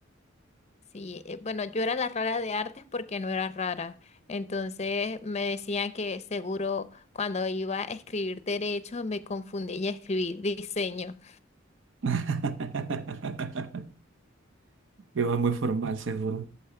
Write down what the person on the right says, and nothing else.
<laughs> que va muy formal, seguro.